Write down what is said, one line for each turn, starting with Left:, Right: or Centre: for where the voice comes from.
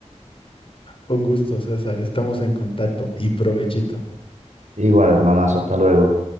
Left: Un gusto, César, estamos en contacto y provechito.
Right: Igual, hermanazo, hasta luego.